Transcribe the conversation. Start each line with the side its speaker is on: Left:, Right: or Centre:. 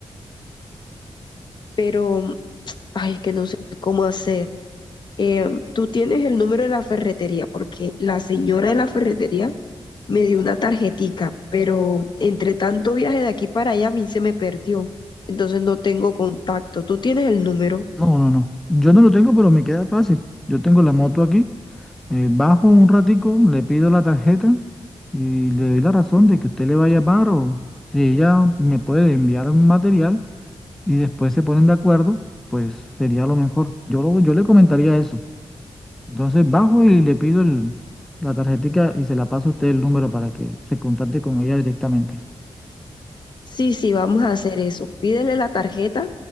Left: pero, ay, que no sé cómo hacer. Eh, tú tienes el número de la ferretería, porque la señora de la ferretería me dio una tarjetica, pero entre tanto viaje de aquí para allá a mí se me perdió, entonces no tengo contacto. ¿Tú tienes el número?
Centre: No, no, no. Yo no lo tengo, pero me queda fácil. Yo tengo la moto aquí. Eh, bajo un ratico, le pido la tarjeta y le doy la razón de que usted le va a llamar o si ella me puede enviar un material y después se ponen de acuerdo, pues sería lo mejor. Yo, lo- yo le comentaría eso. Entonces bajo y le pido el- la tarjetica y se la paso a usted el número para que se contacte con ella directamente.
Left: Sí, sí, vamos a hacer eso. Pídele la tarjeta